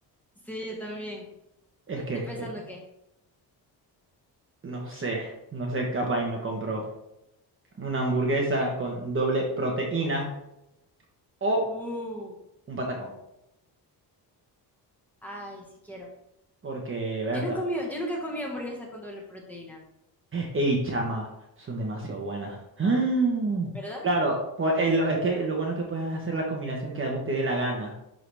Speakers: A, in the centre; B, on the right.
A: Sí, yo también.
B: Es que,
A: Estoy
B: es
A: pensando
B: que,
A: que.
B: no sé, no sé, capaz y me compro una hamburguesa con doble proteína o
A: Uh,
B: un patacón.
A: Ay, si quiero.
B: Porque, Berta,
A: Yo no he comido, yo nunca he comido hamburguesa con doble proteína.
B: Ey, chama, son demasiado buenas. ¡Ah!
A: ¿verdad?
B: Claro, po- es, lo, es que lo bueno es que puedes hacer la combinación que a vos te dé la gana.